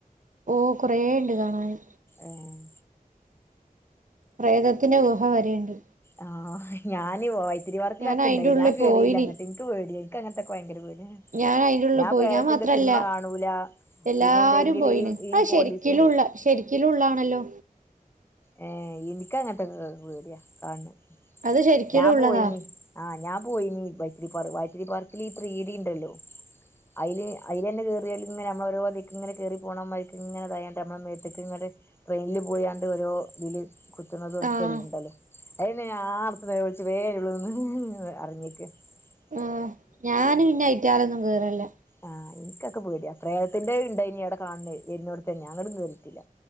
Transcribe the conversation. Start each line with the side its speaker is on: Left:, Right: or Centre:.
Right: ഓ കൊറേണ്ട് കാണാന്
Left: ഏഹ്
Right: പ്രേതത്ത്ന്റെ ഗുഹ വരെണ്ട്
Left: ആഹ് ഞാന് പോയി തിരിവർക്കിലൊക്കെണ്ടായി
Right: ഞാൻ അയിന്റെ ഉള്ളിൽ
Left: ഞാൻ കേറില്ലങ്ങട്ട്
Right: പോയിന്
Left: ഇനിക്ക് പേടി ഇനിക്കങ്ങൻത്തൊക്ക ഭയങ്കര പേട്യാ
Right: ഞാൻ അയിന്റെ ഉള്ളിൽ
Left: ഞാ <unintelligible>
Right: പോയി ഞാൻ മാത്രല്ല
Left: <unintelligible> സിൻമ കാണൂല
Right: എല്ലാരും
Left: പിന്നെന്തെങ്കിലു
Right: പോയിന്
Left: ഈ ഈ
Right: അത് ശരിക്കിലുള്ള
Left: പോലീസ്
Right: ശരിക്കിലുള്ളാണല്ലോ
Left: ഏ ഇന്ക്കങ്ങൻത്തൊക്കെ വേട്യാ കാൺണെ
Right: അത് ശരിക്കിലുള്ളതാ
Left: ഞാ പോയിനി. ആഹ് ഞാപോയ്നി. വൈത്തിരി പാർ വൈത്തിരി പാർക്കില് ഈ ത്രിഡിണ്ടല്ലോ അയ്ല് അയ്ലെന്നെ കേറിയാല്ങ്ങനെ അമ്മളോരോതീക്ക്ങ്ങനെ കേറിപ്പോണമാരിക്ക്ങ്ങനെ ദായാണ്ട് അമ്മളെ മേത്ത്ക്ക്ങ്ങട് ട്രെയിനില് പോയാണ്ട് ഓരോ തില് കുത്ത്ണതൊക്കണ്ടല്ലോ
Right: ആഹ്
Left: <unintelligible> <unintelligible>
Right: ആഹ് ഞാന് പിന്നെ അയറ്റാളൊന്നും കേറേൽല്ല
Left: ആഹ് ഇൻക്കൊക്കെ പേട്യാ പ്രേതത്ത്ന്റെണ്ടായ്നി അവ്ടെ കാ ണ്ണെ വര്നോട്ത്തന്നെ. അങ്ങടും കേറീട്ട്ല്ല.